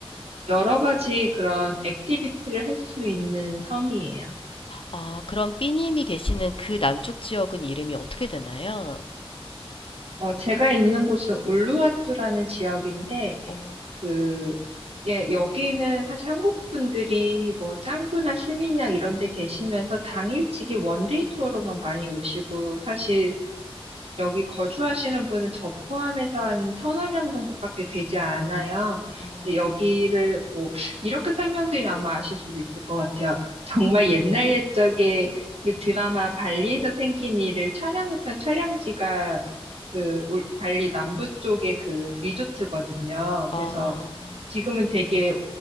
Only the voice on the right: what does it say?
여러 가지 그런 액티비티를 할 수 있는 섬이에요.
어, 제가 있는 곳은 울루와뚜라는 지역인데,
그, 예, 여기는 사실 한국 분들이 뭐 짱구나 스미냑 이런 데 계시면서
당일치기 원데이 투어로만 많이 오시고, 사실 여기 거주하시는 분은 저 포함해서 한 서너 명 정도밖에 되지 않아요.
근데 여기를 뭐 이렇게 설명드리면 아마 아실 수도 있을 것 같아요. 정말 옛날 옛적에 그 드라마 발리에서 생긴 일을 촬영했던 촬영지가 그 울- 발리 남부 쪽의 그 리조트거든요.
그래서 지금은 되게